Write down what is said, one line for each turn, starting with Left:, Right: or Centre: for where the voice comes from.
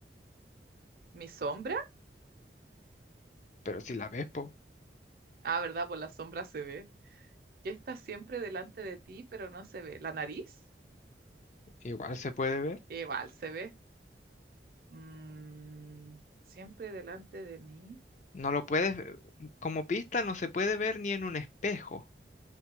Right: ¿Mi sombra?
Left: Pero si la ves, po,
Right: Ah, ¿verdad? Por la sombra se ve. Que está siempre delante de ti, pero no se ve. ¿La nariz?
Left: igual se puede ver.
Right: Igual se ve. Mm, siempre delante de mí.
Left: No lo puedes, ve- como pista, no se puede ver ni en un espejo,